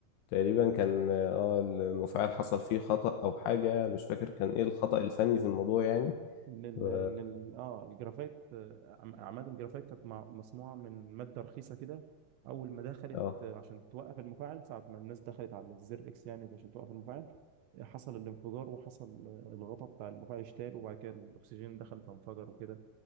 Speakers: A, on the left; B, on the right.
A: تقريبا كان اه المفاعل حصل فيه خطأ او حاجة مش فاكر كان ايه الخطأ الفني في الموضوع يعني
B: ان ال
A: و...
B: ان ال اه الجرافايت آه، عم- عماد الجرافايت كانت مع- مصنوعه من ماده رخيصه كده اول ما دخلت
A: اه
B: آه، عشان توقف المفاعل ساعه ما الناس دخلت على الزر اكس يعني عشان توقف المفاعل آه، حصل الانفجار وحصل آه، الغطاء بتاع المفاعل اشتال وبعد كده الاكسجين دخل فانفجر وكده